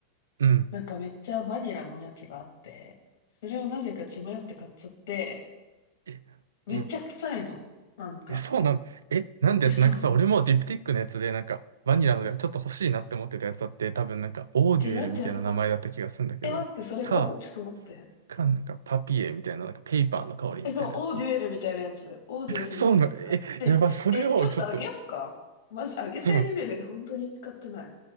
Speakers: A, on the right; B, on the left.
A: い。うん。
B: なんかめっちゃバニラのやつがあって、それをなぜか血迷って買っちゃって、
A: え、
B: めっちゃ臭いの。
A: うん。
B: なんか、
A: え、そうなん、え、なんてやつ、
B: え、そう。
A: なんかさ、俺もディプティックのやつで、なんか、バニラのやつちょっと欲しいなって思ってたやつだって、多分なんか、オーデュエルみたいな名前だった気がするんだけど、
B: え、なんてやつだ。え、待って、それかも。
A: か、
B: ちょっと待って。
A: か、なんか、パピエみたいな、なんか、ペーパーの香りみたいなやつ。
B: え、そう、オーデュエルみたいなやつ。オーデュエルみたいなやつ買って。
A: そうなえ、やば、それをちょっと、
B: え、ちょっとあげよっか。マジ、あげたいレベルで本当に使ってない。
A: うん